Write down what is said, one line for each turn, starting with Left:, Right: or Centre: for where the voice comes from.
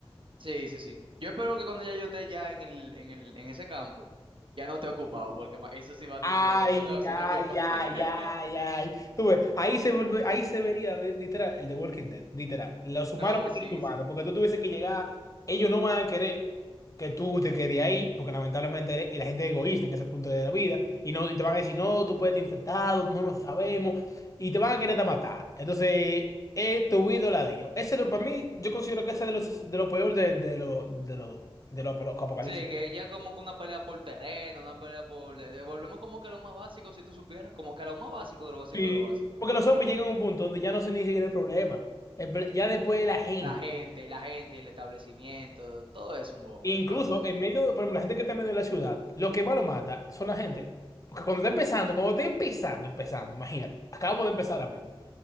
Right: Sí, sí, sí. Yo espero que cuando ya yo esté ya en el, en el, en ese campo, ya no te he ocupado, porque ma- eso sí va a
Left: Ay,
Right: te otro bobo. No, sí
Left: ay,
Right: te ocupa.
Left: ay,
Right: <laughs>
Left: ay, ay. Tú ves, ahí se vuelve- ahí se vería li- literal el de Walking Dead, literal. Los humanos
Right: No,
Left: versus
Right: sí,
Left: los humanos,
Right: sí.
Left: porque tú tuviese que llegar, ellos no van a querer que tú te quedes ahí, porque lamentablemente la gente es egoísta en ese punto de la vida, y no y te van a decir, no, tú puedes estar infectado, no lo sabemos, y te van a querer hasta matar. Entonces, es tu vida o la de ellos. Ese, es lo- para mí, yo considero que ese es de los de lo peor de, de lo, de lo, de lo apocalipsis.
Right: Sí, que ya como que una pelea por terreno, una pelea por... de- de- Volvemos como que a lo más básico, si tú supieras, como que a lo más básico de lo básico
Left: Sí,
Right: de lo básico.
Left: porque los zombies llegan a un punto donde ya no sé ni siquiera el problema. El pr- ya después la gente,
Right: La gente, la gente, el establecimiento, todo es un bobo,
Left: incluso
Right: realmente.
Left: en medio, de- por ejemplo, la gente que está en medio de la ciudad, lo que más lo mata son la gente. Porque cuando está empezando, cuando está empezando, empezando, imagínate, acabamos de empezar ahora mismo.